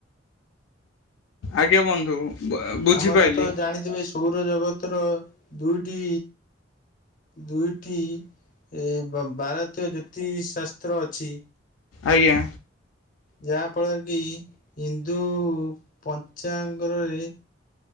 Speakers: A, on the left; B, on the left.
A: ଆଜ୍ଞା ବନ୍ଧୁ। ବୁଝିପାଇଲି
B: ଆମର ତ ଜାଣିଥିବେ ସୌରଜଗତର ଦୁଇଟି ଦୁଇଟି ଏ ଭାରତୀୟ ଜ୍ୟୋତିଶାସ୍ତ୍ର ଅଛି।
A: ଆଜ୍ଞା
B: ଯାହା ଫଳରେ କି ହିନ୍ଦୁ ପଞ୍ଚଙ୍ଗରରେ